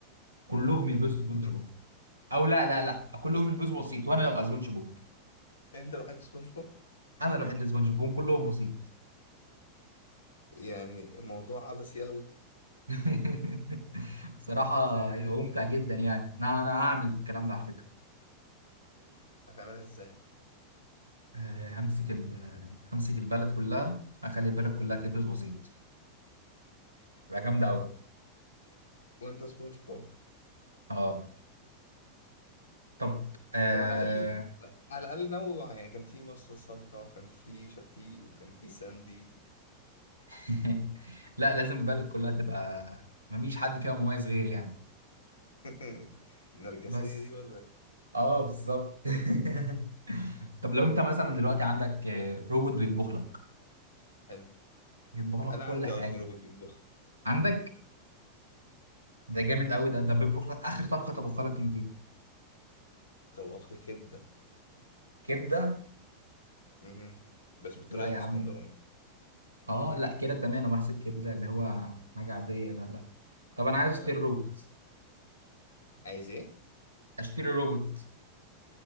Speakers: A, on the right; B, on the left.
A: كلهم يلبسوا
B: <laughs>
A: سبونج
B: شوف،
A: بوب او لا لا لا كلهم يلبسوا بسيط وانا ابقى سبونج بوب
B: أنت لو حد سبونج بوب
A: انا الوحيد اللي سبونج بوب هم كلهم بسيط
B: يعني الموضوع عبثي أوي
A: <laughs> بصراحة هيبقى ممتع جدا يعني انا انا هعمل الكلام ده على فكرة
B: هتعملها إزاي
A: آه، همسك ال همسك البلد كلها اخلي البلد كلها تلبس بسيط تبقى جامدة قوي
B: وأنت سبونج بوب
A: اه طب آه...
B: طب على الأقل لا، على الأقل نوع يعني كان في مصر سلطة وكان في شفيق وكان في ساندي
A: <laughs> لا لازم البلد كلها تبقى مفيش حد فيها مميز غيري يعني
B: <laughs> النرجسية
A: بس
B: دي ولا إيه؟
A: اه بالظبط <laughs> طب لو انت مثلا دلوقتي عندك آه، روبوت بيطبخ لك
B: حلو
A: بيطبخ لك
B: أنا
A: كل
B: عندي
A: حاجه
B: أصلا روبوت بيطبخ
A: عندك ده جامد قوي ده ده بيطبخ لك اخر طبخه طبخها لك انت
B: طباخ كبدة
A: كبده
B: مهم. بس بالطريقة
A: لا يا
B: الاسكندراني
A: عم اه لا كده تمام انا بحسب كبده اللي هو حاجه عاديه لا لا طب انا عايز
B: لا
A: اشتري
B: لا كان
A: روبوت
B: عايز ايه؟
A: اشتري روبوت